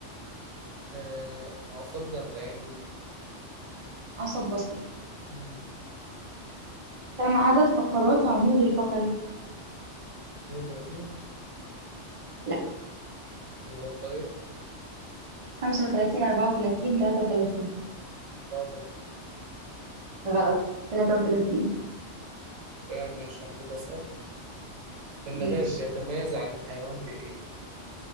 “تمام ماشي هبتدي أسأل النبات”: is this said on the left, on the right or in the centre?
Right